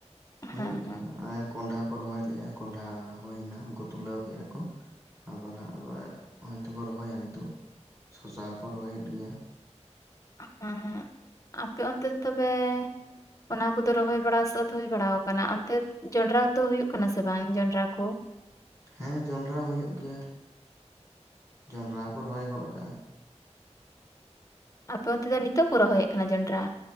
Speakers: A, on the right; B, on the left.
A: ᱦᱩᱭᱩᱜ
B: ᱦᱮᱸ
A: ᱜᱮᱭᱟ
B: ᱦᱮᱸ
A: ᱟᱨ ᱠᱚᱸᱰᱷᱟᱟ ᱠᱚ ᱨᱚᱦᱚᱭ ᱞᱮᱫᱼᱟ᱾ ᱠᱚᱸᱰᱷᱟ ᱦᱩᱭᱱᱟ ᱩᱱᱠᱩ ᱛᱩᱞᱟᱹᱣ ᱠᱮᱫᱼᱟ ᱠᱚ ᱟᱵᱟᱨ ᱦᱟᱸᱜ ᱟᱵᱟᱨ ᱦᱚᱭ ᱛᱚᱠᱚ ᱨᱚᱦᱚᱭᱟ ᱱᱤᱛᱚᱜ ᱥᱚᱥᱟ ᱦᱚᱸᱠᱚ ᱨᱚᱦᱚᱭᱮᱫ ᱜᱮᱭᱟ᱾
B: ᱦᱮᱸ ᱦᱮᱸ ᱟᱯᱮ ᱚᱱᱛᱮ ᱫᱚ ᱛᱚᱵᱮ ᱚᱱᱟ ᱠᱚᱫᱚ ᱨᱚᱦᱚᱭ ᱵᱟᱲᱟ ᱥᱟᱹᱛ ᱦᱩᱭ ᱵᱟᱲᱟ ᱟᱠᱟᱱᱟ᱾ ᱚᱱᱛᱮ ᱡᱚᱸᱰᱨᱟ ᱫᱚ ᱦᱳᱭᱳ ᱠᱟᱱᱟ ᱥᱮ ᱵᱟᱝ ᱡᱚᱱᱰᱨᱟ ᱠᱚ?
A: ᱦᱮᱸ ᱡᱚᱸᱰᱨᱟ ᱦᱩᱭᱩᱜ ᱜᱮᱭᱟ᱾ ᱡᱚᱸᱰᱨᱟ ᱠᱚ ᱨᱚᱦᱚᱭ ᱜᱚᱫ ᱠᱟᱜᱼᱟ᱾
B: ᱟᱯᱮ ᱚᱱᱛᱮ ᱫᱚ ᱱᱤᱛᱚᱜ ᱠᱚ ᱨᱚᱦᱚᱭᱮᱫ ᱠᱟᱱᱟ ᱡᱚᱱᱰᱨᱟ?